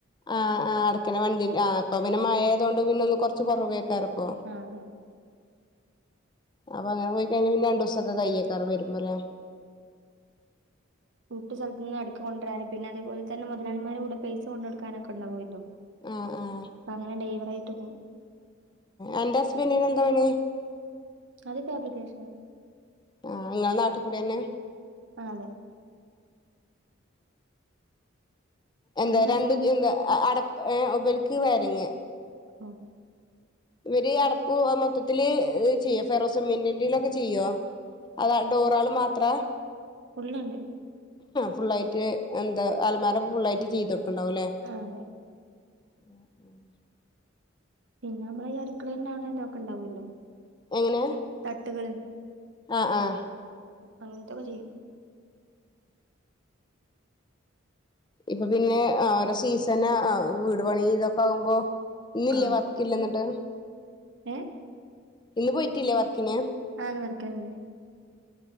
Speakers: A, on the left (about 20°); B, on the right (about 65°).
A: ആഹ് ആഹ് അടക്കണ വണ്ടി ആഹ് അപ്പൊ പിന്നെ മഴയത കൊണ്ട് പിന്നെ ഒന്ന് കുറച്ച് കുറവ് കേക്കാറ ഇപ്പോ
B: ആഹ് അതെ
A: അപ്പ അങ്ങനെ പോയി കഴഞ്ഞ പിന്ന രണ്ട് ദിവസ ഒക്കെ കയ്യക്കാറ് വരുമ്പലേ
B: കൂട്ട സ്ഥലത്ത നിന്ന് അടുക്ക കൊണ്ടുവരാന പിന്ന അതേപോലെന്നെ മുതലളിമാരെ കൂടെ പൈസ കൊടുക്കാനൊക്കെ ഉണ്ടാവുമല്ലോ
A: ആഹ് ആഹ്
B: അപ്പ അങ്ങനെ ഡൈവറായിട്ട് പോകും
A: എന്റെ ഹസ്ബന്റിന് എന്താണ
B: അത് ഫാബ്രിക്കേഷന്
A: ആഹ് <unintelligible> നാട്ടിൽ കൂടെ തന്നെ
B: ആഹ് അതെ
A: എന്താ
B: നിങ്ങളെ
A: രണ്ടും
B: ഹസ്ബൻഡിനോ
A: എന്ത അടപ്പ ഉപർക്ക് വരങ്ങ
B: ആഹ്
A: ഇവര് അടപ്പ് മൊത്തത്തില്ൽ ചെയ്യോ ഫെറോസമെന്റിറിലൊക്കെ ചെയ്യോ അത നൂറാൾ മാത്ര
B: ഫുള്ളുണ്ട്
A: ഫുള്ളായിട്ട് എന്താ അലമാര ഫുള്ളായിട്ട് ചെയ്ത കൊടുക്കണ്ടാവും അല്ലേ
B: ആഹ് അതെ
A: ഉം
B: പിന്നെ നമ്മള് ഈ അടുക്കള തന്നണ ഇതൊക്കെ ഇണ്ടാവല്ലോ
A: എങ്ങനെ
B: തട്ടുകള്
A: ആഹ് ആഹ്
B: അങ്ങനത്തൊക്കെ ചെയ്യും
A: ഇപ്പൊ പിന്നെ ഓരോ സീസൺ വീട് പണി ഇതൊക്കെ ആകുമ്പോ ഇന്നില്ലേ
B: ആഹ്
A: വർക്ക് ഇല്ല എന്നിട്ട്
B: ഏഹ്
A: ഇന്ന് പോയിട്ടില്ലേ വർക്കിന്
B: ആന്ന് വർക്കി പോയില്ല